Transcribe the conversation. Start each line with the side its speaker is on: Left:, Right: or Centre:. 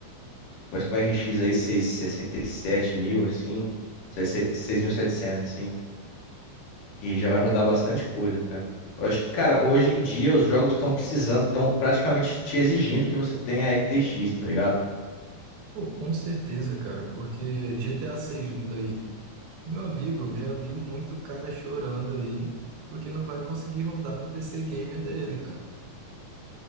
Left: Mas com a RX aí, seis sessenta e sete mil, assim, 6.700 assim. E já vai rodar bastante coisa, cara. Eu acho que, cara, hoje em dia os jogos estão precisando, estão praticamente te exigindo que você tenha RTX, tá ligado?
Right: Pô, com certeza, cara, porque GTA 6 vindo aí. Meu amigo, eu já vi muito cara chorando aí, porque não vai conseguir rodar no PC gamer dele, cara.